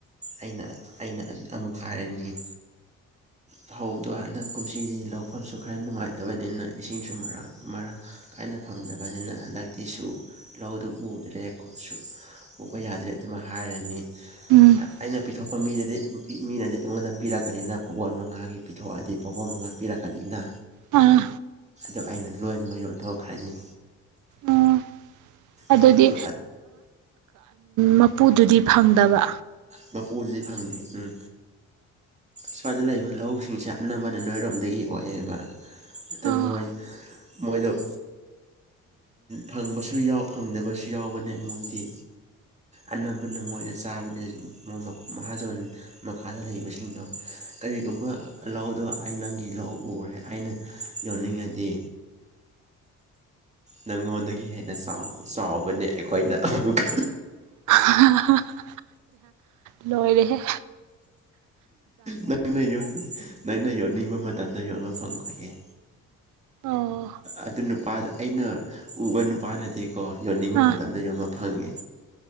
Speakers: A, on the right; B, on the right.
A: ꯑꯩꯅ ꯑꯩꯅ ꯑꯃꯨꯛ ꯍꯥꯏꯔꯅꯤꯡꯉꯤ ꯐꯧꯗꯣ ꯍꯟꯗꯛ ꯀꯨꯝꯁꯤꯗꯤ ꯂꯧꯐꯝꯁꯨ ꯈꯔ ꯅꯨꯡꯉꯥꯏꯇꯕꯅꯤꯅ ꯏꯁꯤꯡꯁꯨ ꯃꯔꯥꯡ ꯃꯔꯥꯡ ꯀꯥꯏꯅ ꯐꯪꯗꯕꯅꯤꯅ ꯍꯟꯗꯛꯇꯤꯁꯨ ꯂꯧꯗꯨ ꯎꯗ꯭ꯔꯦꯀꯣꯁꯨ ꯎꯄ ꯌꯥꯗ꯭ꯔꯦ ꯑꯗꯨꯃ ꯍꯥꯏꯔꯅꯤ
B: ꯎꯝ
A: ꯑꯩꯅ ꯄꯤꯊꯣꯛꯄ ꯃꯤꯗꯗꯤ ꯃꯤꯅꯗꯤ ꯑꯩꯉꯣꯟꯗ ꯄꯤꯔꯛꯀꯅꯤꯅ ꯐꯨꯠꯕꯣꯜ ꯃ ꯉꯉꯥꯒꯤ ꯄꯤꯊꯣꯛꯑꯗꯤ ꯐꯥꯎꯕ ꯃꯉꯥ ꯄꯤꯔꯛꯀꯅꯤꯅ
B: ꯑꯥ
A: ꯑ ꯑꯩꯅ ꯂꯣꯏꯅꯃꯛ ꯌꯣꯟꯊꯣꯛꯈ꯭ꯔꯅꯤ
B: ꯑꯣ ꯑꯗꯨꯗꯤ
A: ꯐꯧꯗꯣ
B: ꯃꯄꯨꯗꯨꯗꯤ ꯐꯪꯗꯕ
A: ꯄꯣꯠꯇꯨꯗꯤ ꯐꯪꯗꯦ ꯎꯝ ꯁ꯭ꯋꯥꯏꯗ ꯂꯩꯕ ꯑꯗꯨ ꯂꯧꯁꯤꯡꯁꯦ ꯑꯅꯝꯕꯅ ꯅꯣꯏꯔꯣꯝꯗꯒꯤ ꯑꯣꯏꯌꯦꯕ ꯑꯗꯨ
B: ꯑꯣ
A: ꯃꯣꯏ ꯃꯣꯏꯗ ꯕ ꯐꯪꯕꯁꯨ ꯌꯥꯎ ꯐꯪꯗꯕꯁꯨ ꯌꯥꯎꯕꯅꯦ ꯃꯣꯏꯗꯤ ꯑꯅꯝꯕꯅ ꯃꯣꯏꯅ ꯆꯥꯕꯅꯦ ꯃꯍꯥꯖꯣꯟ ꯃꯈꯥꯗ ꯂꯩꯕꯁꯤꯡꯗꯣ ꯀꯔꯤꯒꯨꯝꯕ ꯂꯧꯗꯣ ꯑꯩ ꯅꯪꯒꯤ ꯂꯧ ꯎꯔꯦ ꯑꯩꯅ ꯌꯧꯅꯤꯡꯉꯗꯤ ꯅꯪꯉꯣꯟꯗꯒꯤ ꯍꯦꯟꯅ ꯆꯥꯎ ꯆꯥꯎꯕꯅꯦ ꯑꯩꯈꯣꯏꯅ ꯑꯃꯨꯛꯀ
B: <unintelligible> ꯂꯣꯏꯣꯏꯗ
A: ꯅꯪꯅ ꯌ ꯅꯪꯅ ꯌꯣꯟꯅꯤꯡꯕ ꯃꯇꯝꯗ ꯌꯣꯟꯕ ꯐꯪꯈ꯭ꯔꯌꯦꯦ
B: ꯑꯣ
A: ꯑꯗꯨ ꯅꯨꯄꯥꯗ ꯑꯩꯅ ꯎꯕ ꯅꯨꯄꯥꯅꯗꯤꯀꯣ ꯌꯣꯟꯅꯤꯡꯕ
B: ꯑꯥ
A: ꯃꯇꯝꯗ ꯌꯣꯟꯕ ꯐꯪꯉꯦ